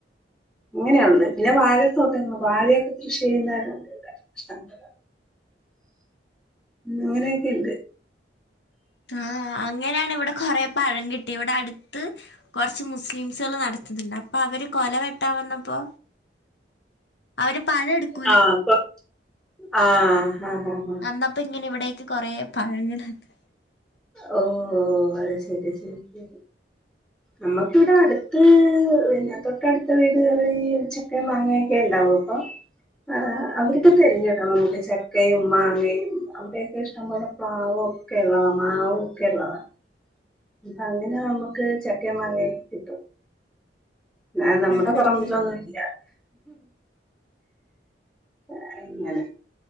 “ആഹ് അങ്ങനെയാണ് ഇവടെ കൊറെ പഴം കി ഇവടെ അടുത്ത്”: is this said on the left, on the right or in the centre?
Left